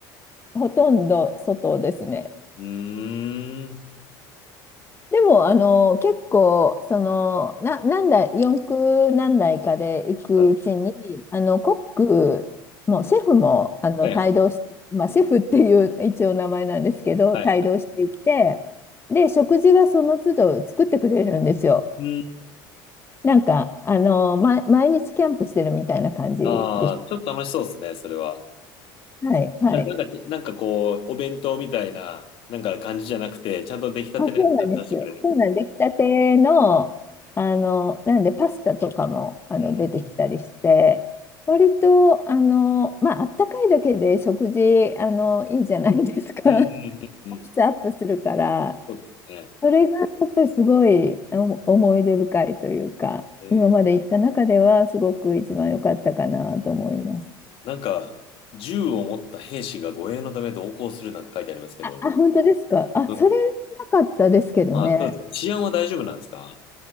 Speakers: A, on the left; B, on the left.
A: ほとんど外ですね。
B: うーん。
A: でも、あの、結構、その、な、何台、四駆何台かで行くうちに、
B: はい、
A: あの、コックも、シェフも、あの、
B: はい、
A: 帯同して、
B: はい。
A: まあ、シェフっていう一応名前なんですけど、
B: はい。
A: 帯同していって、で、食事はその都度作ってくれるんですよ。
B: うーん。
A: なんか、あの、ま、毎日キャンプしてるみたいな感じです。
B: ああ、ちょっと楽しそうですね、それは。
A: はい、はい。
B: いやなんか、なんかこう、お弁当みたいな、なんか感じじゃなくて、ちゃんと出来たてのやつを出してくれる。
A: あ、そうなんです。そうなんで、出来たての、あの、なんで、パスタとかも、あの、
B: うーん。
A: 出てきたりして、割と、あの、まあ、あったかいだけで食事、あの、いいじゃないですか。<laughs>
B: うん、うん、うん、うん。
A: 質アップするから、
B: そうですね。
A: それが、やっぱりすごい、あの思い出深いというか、
B: え
A: 今まで行った中では、すごく一番良かったかなと思います。
B: なんか、銃を持った兵士が護衛のため同行するなんて書いてありますけど、
A: あ、あ、本当ですか。あ、
B: うん。
A: それなかったですけどね。
B: あ、そうですか。治安は大丈夫なんですか